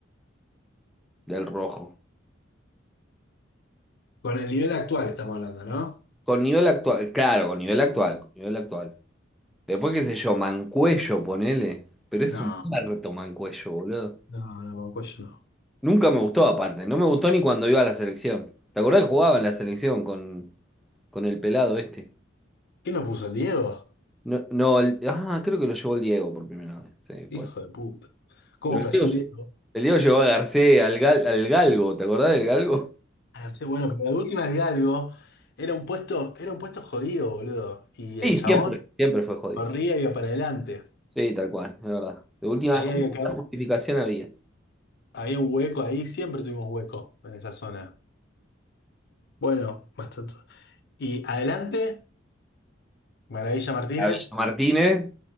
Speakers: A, in the centre; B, on the left (about 55°).
A: del rojo.
B: Con el nivel actual estamos hablando, ¿no?
A: Con nivel actual, claro, con nivel actual, con nivel actual. Después, qué sé yo, Mancuello, ponele. Pero es
B: No,
A: un muerto Mancuello, boludo.
B: no, no, con cuello no.
A: Nunca me gustó, aparte. No me gustó ni cuando iba a la selección. ¿Te acordás que jugaba en la selección con, con el pelado este?
B: ¿Quién nos puso el Diego?
A: No, no, el- ah, creo que lo llevó el Diego por primera vez. Sí,
B: Hijo
A: pues.
B: de puta. ¿Cómo
A: Pero el
B: flasheó
A: Diego,
B: el Diego?
A: el Diego llevó a Garcés, al, Gal- al Galgo, ¿te acordás del Galgo?
B: Ah, no sé, bueno, pero de última el Galgo era un puesto, era un puesto jodido, boludo. Y
A: Sí,
B: el chabón
A: siempre. Siempre fue jodido.
B: corría y iba para adelante.
A: Sí, tal cual, es verdad. De última,
B: Ahí
A: una
B: había, ca-
A: justificación había.
B: Había un hueco ahí, siempre tuvimos hueco en esa zona. Bueno, más tanto. Y adelante, Maravilla Martínez.
A: La Villa Martínez,